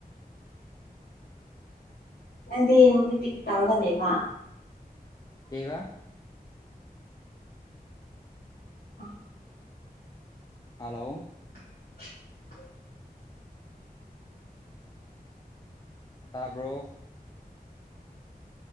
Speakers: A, on the left; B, on the left.
A: ꯅꯪꯗꯤ ꯍꯧꯖꯤꯛꯇꯤ ꯀꯔꯤ ꯇꯧꯔꯒ ꯂꯩꯕ
B: ꯀꯩꯕ
A: ꯑ
B: ꯍꯜꯂꯣ
A: <inaudible>
B: ꯇꯥꯕ꯭ꯔꯣ